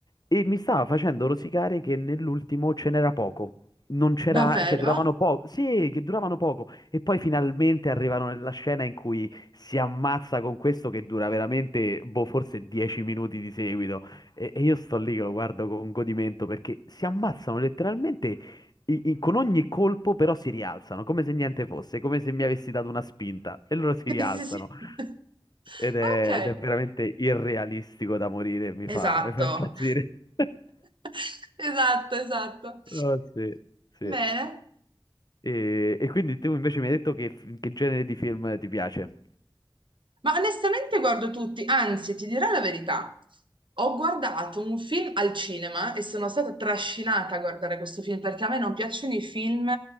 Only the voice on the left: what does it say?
E mi stava facendo rosicare che nell'ultimo ce n'era poco. Non c'era,
cioè duravano poco, sì, che duravano poco. E poi finalmente arrivano nella scena in cui si ammazza con questo che dura veramente, boh, forse 10 minuti di seguito. E, e io sto lì che lo guardo con godimento perché si ammazzano letteralmente i- i- con ogni colpo però si rialzano, come se niente fosse, come se mi avessi dato una spinta e loro si rialzano
ed è,
ed è veramente irrealistico da morire, mi
fa, mi fa impazzire. <laughs>
Oh, sì, sì.
E, e quindi tu invece mi hai detto che, che genere di film ti piace?